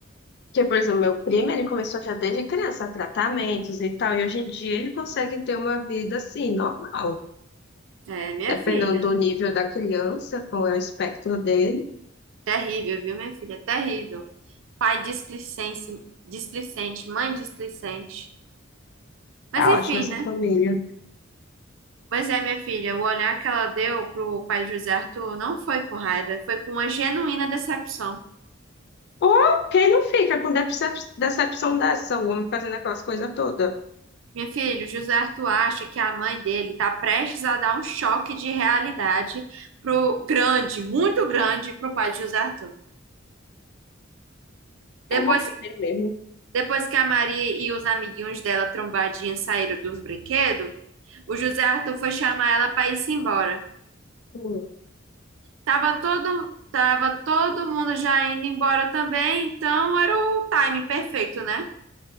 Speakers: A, on the left; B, on the right.
A: Porque, por exemplo, meu primo, ele começou já desde criança, tratamentos e tal, e hoje em dia ele consegue ter uma vida, assim, normal.
B: É, minha
A: Dependendo
B: filha.
A: do nível da criança, com o espectro dele.
B: Terrível, viu, minha filha? Terrível. Pai displicente, displicente, mãe displicente. Mas
A: Tá
B: enfim,
A: ótimo essa
B: né?
A: família.
B: Pois é, minha filha, o olhar que ela deu pro pai de José Arthur não foi com raiva, foi com uma genuína decepção.
A: Oh, quem não fica com decep- decepção dessa? O homem fazendo aquelas coisas todas.
B: Minha filha, o José Arthur acha que a mãe dele está prestes a dar um choque de realidade pro grande, muito grande, pro pai de José Arthur. Depois,
A: É bom que ele mesmo.
B: depois que a Maria e os amiguinhos dela trombadinha saíram dos brinquedos, o José Arthur foi chamar ela para ir-se embora.
A: Hum,
B: Tava todo, tava todo mundo já indo embora também, então era o timing perfeito, né?